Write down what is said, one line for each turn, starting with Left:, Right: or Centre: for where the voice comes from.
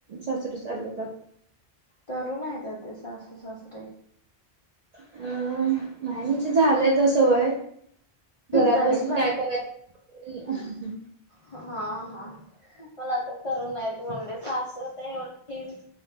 Right: सासरे चालवतात.
Left: तरुण आहेता ते सासू-सासरे.
Right: अं नाही म्हणजे झालंय आता सवय. घरात
Left: तरी
Right: बसून
Left: पण
Right: काय करायचं?
Left: हा हा, मला आता तरुण आहेत म्हणलेच असं तर एवढी